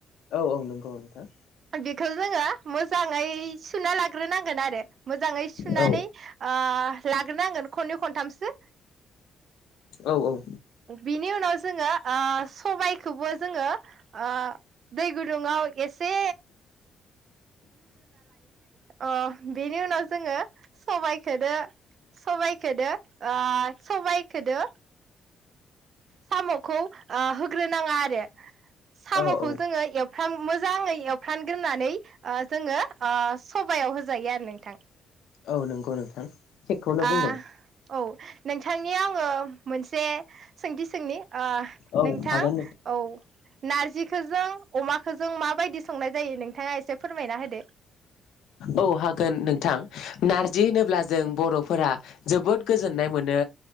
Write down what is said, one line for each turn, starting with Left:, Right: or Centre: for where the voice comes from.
Left: औ औ नंगौ नोंथां।
Right: बेखौ जोङो मोजाङै सुना लाग्रोनांगोन आरो मोजाङै सुनानै
Left: औ
Right: ओ लाग्रोनांगोन खननै खनथामसो
Left: औ
Right: बिनि उनाव जोङो ओ सबायखौबो जोङो ओ दै गुदुङाव एसे अ बिनि उनाव जोङो सबाइखोदो सबाइखोदो ओ सबाइखोदो सामखौ ओ होग्रो नाङा आरो सामखौ
Left: औ औ
Right: जोङो ए फ्रान मोजाङै एवफ्रानग्रोनानै ओ जोङो ओ सबायाव होजायो आरो नोंथां
Left: औ नंगौ नोंथां थिगखौनो बुंदों
Right: आ औ नोंथांनि आङो मोनसे सोंथि सोंनि ओ
Left: औ
Right: नोंथां
Left: हागोन
Right: औ नारजिखोजों अमाखोजों माबायदि संनाय जायो नोंथाङा एसे फोरमायना होदो
Left: औ हागोन नोंथां नारजि होनोब्ला जों बर'फोरा जोबोद गोजोननाय मोनो।